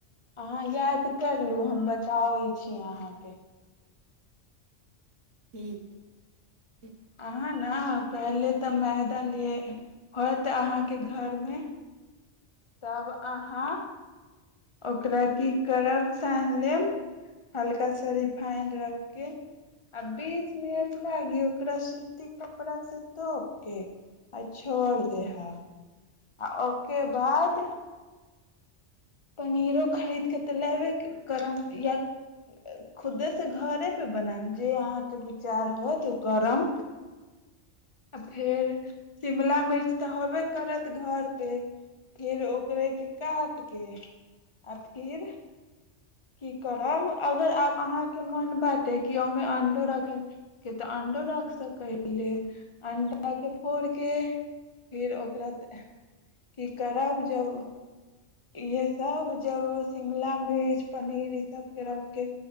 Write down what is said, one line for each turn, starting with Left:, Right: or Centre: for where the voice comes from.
Left: अहाँ याद करलू हम बताबै छी अहाँके
Right: ठीक ह ठ
Left: अहाँ ने पहिले तऽ मैदा ले होत अहाँके घरमे तब अहाँ ओकरा की करब सानि लेब हल्का सा रिफाइंड रखि कऽ आ बीस मिनट लागिय ओकरा सूती कपड़ासँ तोपि कऽ आ छोड़ि दहब आ ओके बाद पनीरो खरीद के तऽ लेबे करब या खुदे से घरे पे बनायम। जे अहाँके विचार होत ओ करम। फेर शिमला मिर्च तऽ होबे करत घर पे फेर ओकरे के काट। के आ फिर। की करब अगर आब अहाँके मोन बाँटय। कि ओहिमे अं्डो रखैके तऽ अंडो रख सकैले। अं्डाके फोड़ कऽ। फेर ओकरा की करब। जब इएहसभ जब शिमला मिर्च। पनीर ई सब कर के